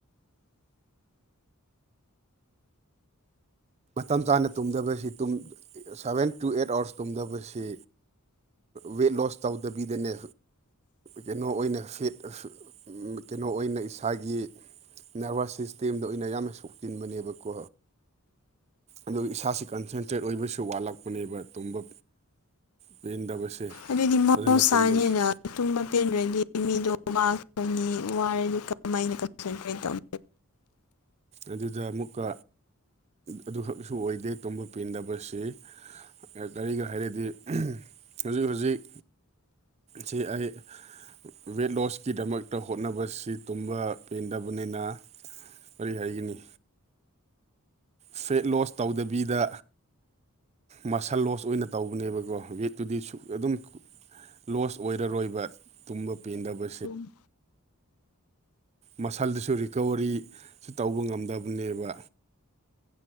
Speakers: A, on the right (about 30°); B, on the left (about 90°).
A: ꯃꯇꯝ ꯆꯥꯅ ꯇꯨꯝꯗꯕꯁꯤ ꯇꯨꯝ ꯁꯚꯦꯟ ꯇꯨ ꯑꯦꯠ ꯑꯥꯋꯥꯔꯁ ꯇꯨꯝꯗꯕꯁꯤ ꯋꯦꯠ ꯂꯣꯁ ꯇꯧꯗꯕꯤꯗꯅꯦ ꯀꯩꯅꯣ ꯑꯣꯏꯅ ꯐꯦ ꯑꯐ ꯎꯝ ꯀꯩꯅꯣ ꯑꯣꯏꯅ ꯏꯁꯥꯒꯤ ꯅꯔꯚꯁ ꯁꯤꯁꯇꯦꯝꯗ ꯑꯣꯏꯅ ꯌꯥꯝꯅ ꯁꯣꯛꯆꯤꯟꯕꯅꯦꯕꯀꯣ ꯑꯗꯨꯒ ꯏꯁꯥꯥꯁꯤ ꯀꯟꯁꯦꯟꯇ꯭ꯔꯦꯠ ꯑꯣꯏꯕꯁꯨ ꯋꯥꯠꯂꯛꯄꯅꯦꯕ ꯇꯨꯝꯕ ꯄꯦꯟꯗꯕꯁꯦ
B: ꯑꯗꯨꯗꯤ ꯃꯍꯧꯁꯥꯅꯤꯅ
A: ꯐꯖꯅ ꯇꯨꯝꯗꯕꯁꯦ
B: ꯇꯨꯝꯕ ꯄꯦꯟꯗ꯭ꯔꯗꯤ ꯃꯤꯗꯣ ꯋꯥꯒꯅꯤ ꯋꯥꯔꯗꯤ ꯀꯃꯥꯏꯅ ꯀꯟꯁꯦꯟꯇ꯭ꯔꯦꯠ ꯇꯧ
A: ꯑꯗꯨꯗ ꯑꯃꯨꯛꯀ ꯑꯗꯨꯈꯛꯁꯨ ꯑꯣꯏꯗꯦ ꯇꯨꯝꯕ ꯄꯦꯟꯗꯕꯁꯦ ꯀ ꯀꯔꯤꯒ ꯍꯥꯏꯔꯗꯤ ꯑꯍꯝ ꯍꯧꯖꯤꯛ ꯍꯧꯖꯤꯛ ꯁꯤ ꯑꯩ ꯋꯦꯠ ꯂꯣꯁꯀꯤꯗꯃꯛꯇ ꯍꯣꯠꯅꯕꯁꯤ ꯇꯨꯝꯕ ꯄꯦꯟꯗꯕꯅꯦꯅ ꯀꯔꯤ ꯍꯥꯏꯒꯅꯤ ꯐꯦꯠ ꯂꯣꯁ ꯇꯧꯗꯕꯤꯗ ꯃꯁꯜ ꯂꯣꯁ ꯑꯣꯏꯅ ꯇꯧꯕꯅꯦꯕꯀꯣ ꯋꯦꯠꯇꯨꯗꯤ ꯁꯨꯛ ꯑꯗꯨꯝ ꯂꯣꯁ ꯑꯣꯏꯔꯔꯣꯏꯕ ꯇꯨꯝꯕ ꯄꯦꯟꯗꯕ
B: ꯎꯝ
A: ꯃꯁꯜꯗꯨꯁꯨ ꯔꯤꯀꯕꯔꯤ ꯁꯨ ꯇꯧꯕ ꯉꯝꯗꯕꯅꯦꯕ